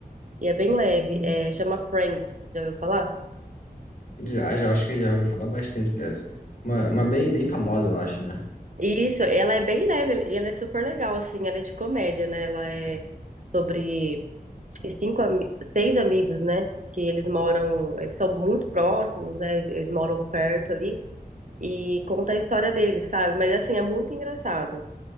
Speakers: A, on the right; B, on the left.
A: e é bem leve, é, chama Friends, já ouviu falar?
B: Já, já, acho que já ouvi falar bastante dessa. Uma, uma bem, bem famosa, eu acho, né?
A: Isso, ela é bem leve e ela é super legal assim, ela é de comédia, né? Ela é sobre que cinco, ami- seis amigos, né? Que eles moram, eles são muito próximos, né? Eles moram perto ali e conta a história deles, sabe? Mas assim, é muito engraçado.